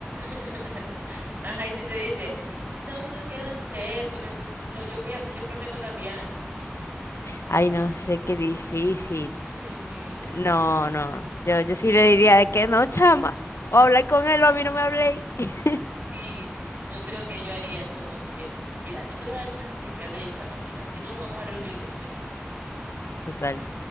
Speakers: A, on the right; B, on the left.
A: <laughs> Ajá, y si te dice, no, yo no quiero hacer, por el- lo, yo voy a, yo prometo cambiar.
B: Ay, no sé, qué difícil.
A: Ujú.
B: No, no, yo, yo sí le diría de que no, chama, o habla con él o a mí no me hablé. <laughs>
A: Y yo creo que yo haría es como que, mira, yo te voy a dar chance de que hable ya esta mañana, si no nos vamos a reunir los tres.
B: Total.